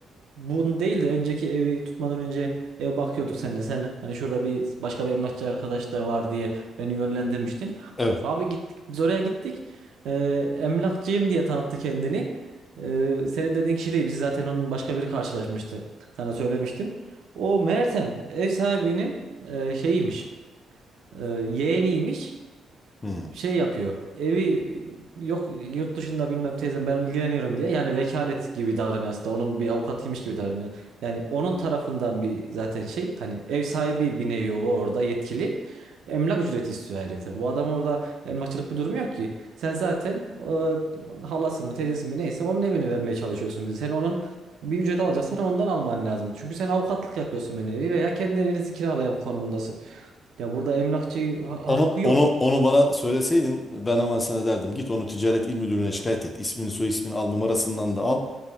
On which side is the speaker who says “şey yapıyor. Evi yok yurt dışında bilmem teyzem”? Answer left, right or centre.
Right